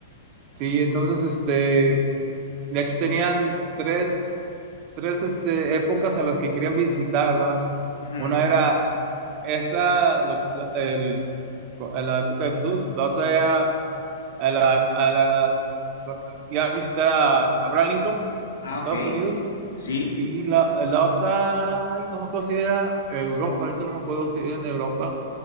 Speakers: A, on the right; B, on the left.
A: sí, entonces, este, de hecho tenían tres, tres este, épocas a las que querían visitar, ¿va?
B: Ujú.
A: Una era esa, lo- lo- el- la época de Jesús, la otra era a la, a la, y a visitar a, a Abraham Lincoln
B: Ah,
A: en Estados
B: ok.
A: Unidos.
B: Sí.
A: Y la, la otra, ay, no me acuerdo si era Europa, ahorita no me acuerdo si era en Europa,